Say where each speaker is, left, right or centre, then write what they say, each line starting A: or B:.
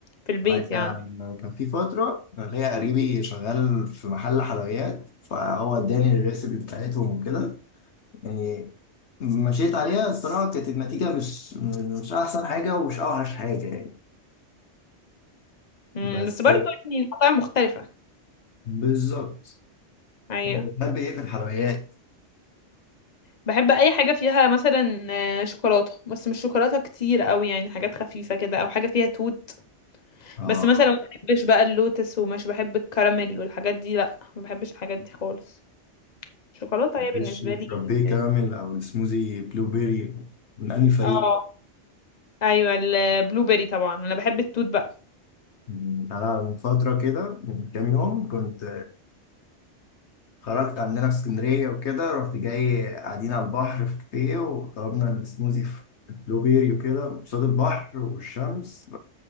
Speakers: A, on the left; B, on the left.
A: في البيت
B: أنا كان
A: يعني
B: كان في فترة ليا قريبي شغال في محل حلويات فهو اداني الريسيبي بتاعتهم وكده يعني مشيت عليها الصراحة كانت النتيجة مش مش أحسن حاجة ومش أوحش حاجة يعني
A: مم،
B: بس
A: بس برضه يعني المطاعم مختلفة
B: بالظبط
A: ايوه
B: بتحب إيه في الحلويات؟
A: بحب اي حاجة فيها مثلا آه، شوكولاتة بس مش شوكولاتة كتير قوي يعني حاجات خفيفة كده او حاجة فيها توت
B: آه
A: بس مثلا ما بحبش بقى اللوتس ومش بحب الكراميل والحاجات دي لا ما بحبش الحاجات دي خالص شوكولاتة
B: ديش
A: هي بالنسبة لي
B: فرابيه كراميل أو السموزي بلو بيري من أنهي فريق؟
A: اه ايوه البلو بيري طبعا انا بحب التوت بقى
B: يعني أنا من فترة كده من كام يوم كنت خرجت عندنا في اسكندرية وكده رحت جاي قاعدين على البحر في كافيه وطلبنا السموزي في بلوبيري وكده قصاد البحر والشمس